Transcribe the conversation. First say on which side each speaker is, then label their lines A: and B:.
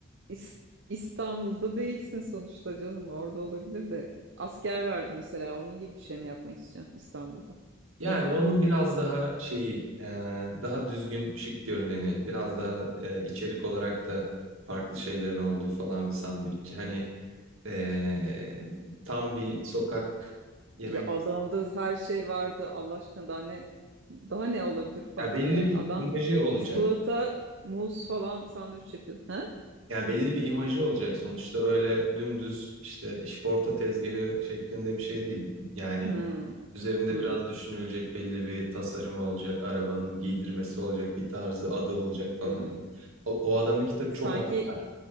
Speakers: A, on the right; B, on the right.
A: İs- İstanbul'da değilsin sonuçta canım. Orada olabilir de. Asker vardı mesela. Onun gibi bir şey mi yapmak istiyorsun İstanbul'da?
B: Yani
A: Kadıköy'deki.
B: onun biraz daha şeyi e, daha düzgün şık görüneni biraz daha e, içerik olarak da farklı şeylerin olduğu falan bir sandviççi. Hani e, tam bir sokak yemek
A: Ya adamda her şey vardı. Allah aşkına daha ne daha ne olabilir farklı
B: ya belli
A: yani.
B: bir
A: Adam
B: imajı olacak.
A: çikolata, muz falan sandviç yapıyordu. Ha?
B: Yani belli bir imajı olacak sonuçta öyle dümdüz işte işporta tezgahı şeklinde bir şey değil. Yani
A: Hmm,
B: üzerinde
A: hmm,
B: biraz düşünülecek belli bir tasarımı olacak, arabanın giydirmesi olacak, bir tarzı adı olacak falan.
A: hmm.
B: O, o adamın kitabı
A: Sanki
B: çok haklı.